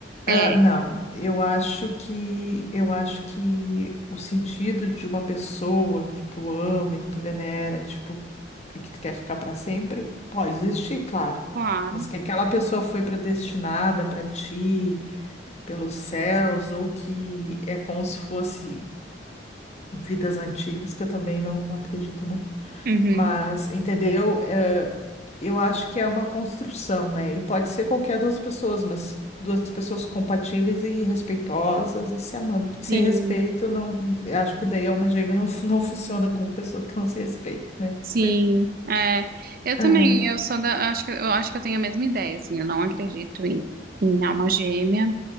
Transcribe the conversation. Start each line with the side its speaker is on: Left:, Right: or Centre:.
Left: Ah,
Right: É,
Left: não, eu acho que eu acho que o sentido de uma pessoa que tu ama e que tu venera, tipo, e que tu quer ficar para sempre, pode existir, claro.
Right: claro.
Left: Mas que aquela pessoa foi predestinada para ti, pelos céus, ou que é como se fosse vidas antigas, que eu também não acredito muito.
Right: Uhum.
Left: Mas, entendeu? É, eu acho que é uma construção, né? E pode ser qualquer duas pessoas, mas duas pessoas compatíveis e respeitosas e se amando. Porque sem
Right: Sim,
Left: respeito, não, eu acho que daí é uma gêmea não, <laughs> não funciona com pessoa que não se respeita, né?
Right: sim.
Left: Sei.
Right: É, eu também,
Left: É.
Right: eu sou da, acho que eu acho que eu tenho a mesma ideia, assim, eu não acredito em, em alma gêmea,